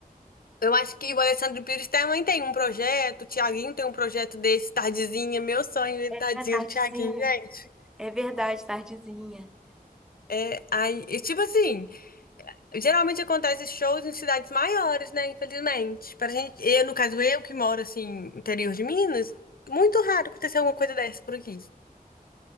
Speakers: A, on the left; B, in the centre.
A: Eu acho que o Alessandro Pires também tem um projeto, o Thiaguinho tem um projeto desse, Tardezinha. Meu sonho é
B: É
A: tadinho
B: tardezinha.
A: do Thiaguinho, gente.
B: É verdade, tardezinha.
A: É, aí, e tipo assim, Geralmente acontece shows em cidades maiores, né? Infelizmente. Pra gente, eu, no caso, eu que moro assim, interior de Minas, muito raro acontecer alguma coisa dessa por aqui.